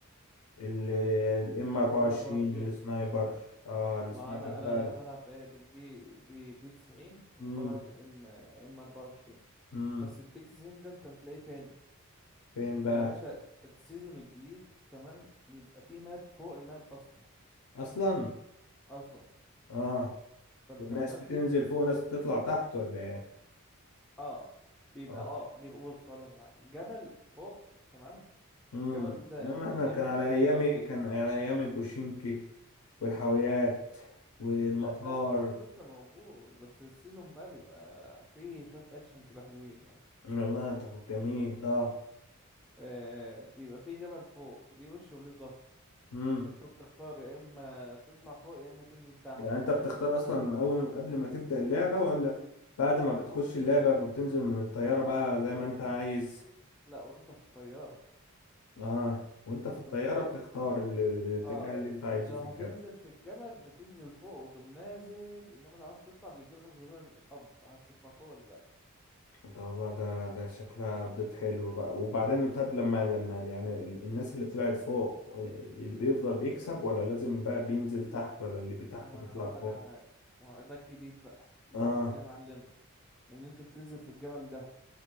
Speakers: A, on the left (about 75°); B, in the centre.
A: الام 24
B: ام 24
A: السنايبر اه السنايبر
B: ما انا انا
A: ده
B: انا بلعب إيه بالبي بي بي 90 وبلعب
A: امم
B: بالام ام 24
A: امم
B: بس البي 90 ده انت بتلاقيه فين
A: فين
B: انت
A: بقى
B: يا باشا السيزون الجديد تمام بيبقى فيه ماب فوق الماب اصلا
A: اصلا
B: اصلا
A: اه
B: فانت
A: والناس
B: الماب
A: بتنزل
B: دي بت...
A: فوق وناس بتطلع تحت ولا ايه
B: اه بيبقى
A: اه
B: اه بيبقى بص هقول لك على حاجة. جبل فوق تمام
A: امم
B: الجبل ده
A: انما احنا
B: ليه
A: كان
B: وش
A: على
B: وليه
A: ايامي
B: ظهر
A: كان على ايامي بوشينكي والحاويات والمطار
B: لا ده ل- كله لسه موجود بس السيزون بقى بيبقى فيه شوية اكشن كده حلوين يعني
A: والله طب جميل اه
B: آه بيبقى فيه جبل فوق ليه وش وليه ظهر
A: امم
B: انت بتختار يا اما تطلع فوق يا اما تنزل تحت
A: يعني انت بتختار اصلا من اول قبل ما تبدأ اللعبة ولا بعد ما بتخش اللعبة وبتنزل من الطيارة
B: لا
A: بقى
B: بت... وانت
A: زي ما انت عايز
B: لا وانت في الطيارة
A: اه وانت في
B: وانت
A: الطيارة
B: بالطيارة
A: بتختار ال- الاتجاه
B: اه
A: اللي انت عايزه
B: لو
A: في
B: هتنزل
A: الجبل
B: في الجبل بتنزل فوق وتقوم نازل انما لو عايز تطلع بيجيلك زرار اب عايز تطلع فوق ولا لا
A: ده والله ده ده شكلها ابديت حلو بقى وبعدين طب لما لما يعني ال- الناس اللي طلعت فوق اللي بيفضل بيكسب ولا لازم بقى بينزل تحت ولا اللي تحت
B: لا ما
A: بيطلع
B: انا هقول
A: فوق
B: لك على حاجة ما هو ده الجديد بقى الجديد
A: اه
B: ايه يا معلم ان انت بتنزل في الجبل ده